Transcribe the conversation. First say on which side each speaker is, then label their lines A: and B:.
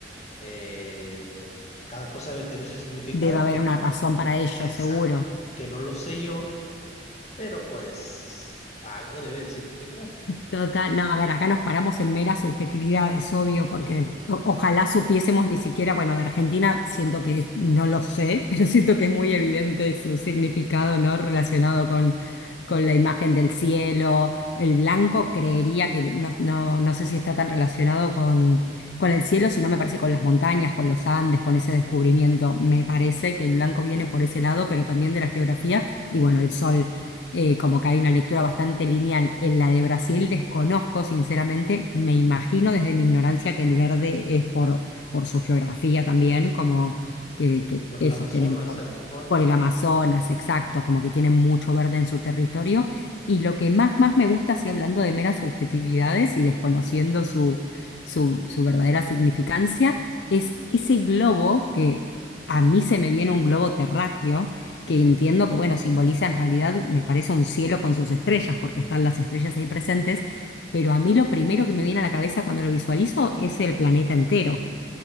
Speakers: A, on the left; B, on the left.
A: eh, cada cosa debe tener su significado,
B: Debe haber
A: que
B: una razón para ello,
A: Exacto,
B: seguro.
A: que no lo sé yo, pero pues algo debe de significar.
B: Total, no, a ver, acá nos paramos en meras subjetividades, obvio, porque
A: Sí.
B: o- ojalá supiésemos ni siquiera, bueno, de Argentina siento que no lo sé, <laughs> pero siento que es muy evidente su significado, ¿no? Relacionado con, con la imagen del cielo. El blanco creería que no, no, no sé si está tan relacionado con, con el cielo, sino me parece con las montañas, con los Andes, con ese descubrimiento. Me parece que el blanco
A: Ujú.
B: viene por ese lado, pero también de la geografía y bueno, el sol. eh, como que hay una lectura bastante lineal. En la de Brasil desconozco, sinceramente, me imagino desde mi ignorancia que el verde es por, por su geografía también, como que, que
A: Por
B: eso,
A: el Amazonas
B: tienen como
A: a lo mejor.
B: por el Amazonas, exacto, como que tienen mucho verde en su territorio. Y lo que más, más me gusta, así hablando de meras subjetividades y desconociendo su, su, su verdadera significancia, es ese globo que... A mí se me viene un globo terráqueo, que
A: Sí.
B: entiendo que, bueno, simboliza en realidad, me parece un cielo con sus estrellas, porque están las estrellas ahí presentes, pero a mí lo primero que me viene a la cabeza cuando lo visualizo es el planeta entero.